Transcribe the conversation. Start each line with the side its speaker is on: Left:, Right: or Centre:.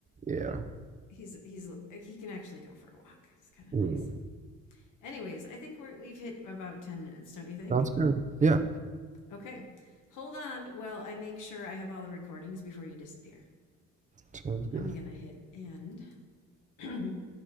Right: Yeah.
Left: he's he's he can actually go for a walk. It's kind of
Right: Hmm.
Left: nice. Anyways, I think we're, we've hit about 10 minutes, don't you think?
Right: Sounds good. Yeah,
Left: Okay. Hold on while I make sure I have all the recordings before you disappear.
Right: sounds good.
Left: I'm going to hit end. <clears throat>